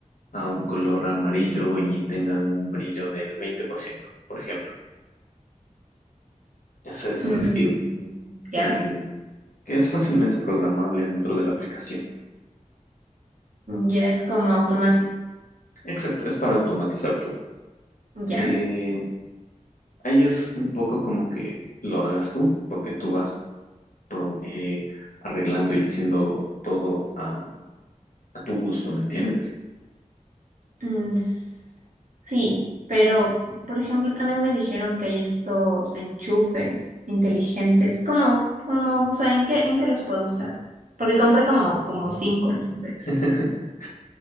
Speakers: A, on the left; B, on the right.
A: a un color amarillo y tengan un brillo del 20%, por ciento, por ejemplo. Ese es un
B: Mm,
A: skill que
B: ¿ya?
A: el que es fácilmente programable dentro de la aplicación.
B: Ya es como automático.
A: Exacto, es para automatizar todo.
B: ¿Ya?
A: Eh, ahí es un poco como que lo hagas tú, porque tú vas pro- eh, arreglando y haciendo todo a, a tu gusto, ¿me entiendes?
B: Mm, s- sí, pero, por ejemplo, también me dijeron que hay estos enchufes inteligentes. ¿Cómo, cómo, o sea, en qué, en qué los puedo usar? Porque compré como, como cinco, entonces.
A: <laughs>